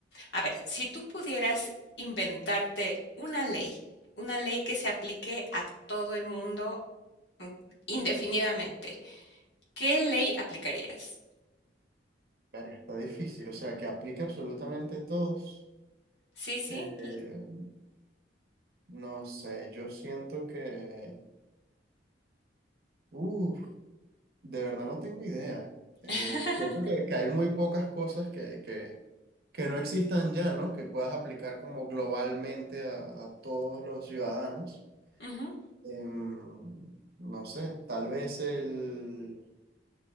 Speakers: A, on the left; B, on the right.
A: A ver, si tú pudieras inventarte una ley, una ley que se aplique a todo el mundo mm, indefinidamente, ¿qué ley aplicarías?
B: <laughs> Verga, está difícil, o sea, que aplique absolutamente a todos.
A: Sí, sí.
B: Eh,
A: l-
B: no sé, yo siento que... uff De verdad no tengo idea. Eh,
A: <laughs>
B: siento que, que hay muy pocas cosas que, que, que no existan ya, ¿no? Que puedas aplicar como globalmente a, a todos los ciudadanos.
A: Ujú.
B: Em, no sé, tal vez el...